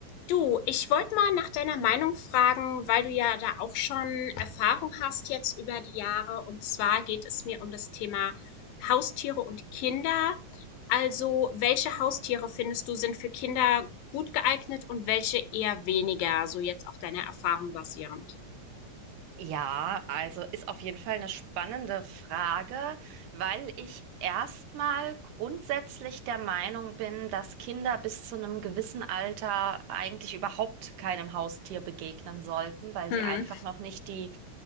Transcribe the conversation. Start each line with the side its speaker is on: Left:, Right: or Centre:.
Left: Du, ich wollte mal nach deiner Meinung fragen, weil du ja da auch schon Erfahrung hast jetzt über die Jahre. Und zwar geht es mir um das Thema Haustiere und Kinder. Also, welche Haustiere findest du sind für Kinder gut geeignet und welche eher weniger, so jetzt auf deiner Erfahrung basierend?
Right: Ja, also ist auf jeden Fall eine spannende Frage, weil ich erstmal grundsätzlich der Meinung bin, dass Kinder bis zu einem gewissen Alter eigentlich überhaupt keinem Haustier begegnen sollten, weil
Left: Hm,
Right: sie einfach noch nicht die